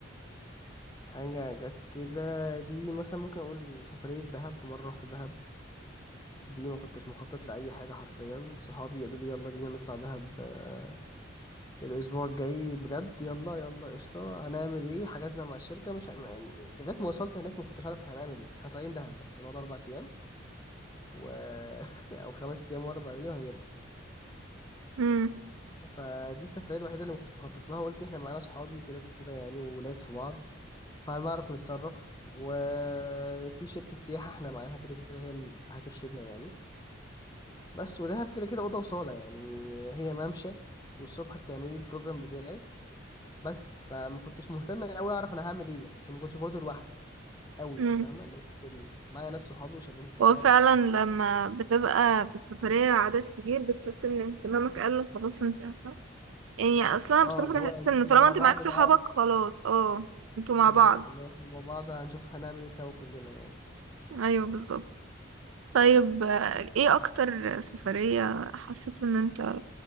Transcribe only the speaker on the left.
حاجه جت كده دي مثلا ممكن اقول سفريه دهب في مره رحت دهب دي ما كنتش مخطط لأي حاجة حرفيا صحابي قالوا لي يلا بينا نطلع دهب آه، الأسبوع الجاي بجد يلا يلا قشطة هنعمل ايه حجزنا مع الشركة مش ه- يعني لغاية ما وصلت هناك ما كنتش عارف احنا هنعمل ايه احنا طالعين دهب بس هنقعد أربع أيام و... <laughs> أو خمس أيام وأربع ليالي وهنرجع
فدي السفرية الوحيدة اللي ما كنتش مخطط لها قلت احنا معانا صحابي كده كده يعني وولاد في بعض فهنعرف نتصرف وفي شركة سياحة احنا معاها كده كده هي اللي هترشدنا يعني بس ودهب كده كده اوضه وصاله يعني هي ممشى والصبح بتعملي البروجرام بتاعك بس فما كنتش مهتم قوي اعرف انا هعمل ايه يعني عشان ما كنتش برضه لوحدي قوي
فاهمه لو كنت ال- معايا ناس صحابي وشلهم في
بعض
وكده
اه
اللي
هو يعني
احنا
مع
بعض
بقى
بالظبط
اللي هو احنا مع بعض هنشوف هنعمل ايه سوا كلنا يعني